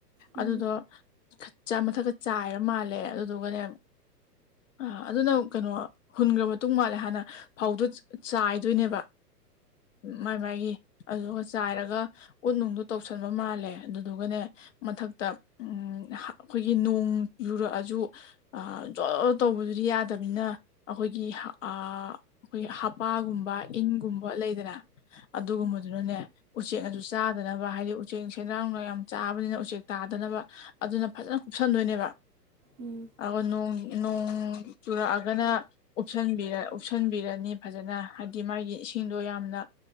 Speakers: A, on the right (about 20°); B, on the left (about 55°).
A: ꯎꯝ ꯎꯝ
B: ꯑꯗꯨꯗꯣ ꯈꯠ ꯆ ꯃꯊꯛꯇ ꯆꯥꯏꯔ ꯃꯥꯜꯂꯦ ꯑꯗꯨꯗꯨꯒꯅꯦ ꯑ ꯑꯗꯨꯅ ꯀꯩꯅꯣ ꯍꯨꯟꯒ꯭ꯔ ꯃꯇꯨꯡ ꯃꯥꯜꯂꯦ ꯍꯥꯟꯅ ꯐꯧꯗꯣ ꯑꯥ ꯆꯥꯏꯗꯣꯏꯅꯦꯕ ꯃꯥꯏ ꯃꯥꯏꯒꯤ ꯑꯗꯨꯒ ꯆꯥꯏꯔꯒ ꯎꯠꯅꯨꯡꯗ‌ꯣ ꯇꯧꯁꯟꯕ ꯃꯥꯜꯂꯦ ꯑꯗꯨꯗꯨꯒꯅꯦ ꯃꯊꯛꯇ ꯎꯝ ꯑꯥ ꯑꯩꯈꯣꯏꯒꯤ ꯅꯣꯡ ꯌꯨꯔꯛꯑꯁꯨ ꯑ ꯖꯣꯔ ꯖꯣꯔ ꯇꯧꯕꯗꯨꯗꯤ ꯌꯥꯗꯕꯅꯤꯅ ꯑꯩꯈꯣꯏꯒꯤ ꯍ ꯑ ꯑꯩꯈꯣꯏ ꯑꯥ ꯍꯞꯄꯥꯒꯨꯝꯕ ꯏꯟꯒꯨꯝꯕ ꯂꯩꯗꯅ ꯑꯗꯨꯒꯨꯝꯕꯗꯨꯅꯅꯦ
A: ꯎꯝ
B: ꯎꯆꯦꯛꯅꯖꯨ ꯆꯥꯗꯅꯕ ꯍꯥꯏꯗꯤ ꯎꯆꯦꯛ ꯁꯦꯟꯗ꯭ꯔꯥꯡ ꯅꯨꯡꯂꯥꯡ ꯌꯥꯝ ꯆꯥꯕꯅꯤꯅ ꯎꯆꯦꯛ ꯇꯥꯗꯅꯕ ꯑꯗꯨꯅ ꯐꯖꯅ ꯁꯟꯗꯣꯏꯅꯦꯕ
A: ꯎꯝ ꯎꯝ
B: ꯑꯗꯨꯒ ꯅꯣꯡ ꯅꯣꯡ ꯆꯨꯔꯛꯑꯒꯅ ꯎꯞꯁꯟꯕꯤꯔ ꯎꯞꯁꯟꯕꯤꯔꯅꯤ ꯐꯖꯅ ꯍꯥꯏꯗꯤ ꯃꯥꯒꯤ ꯏꯁꯤꯡꯗꯣ ꯌꯥꯝꯅ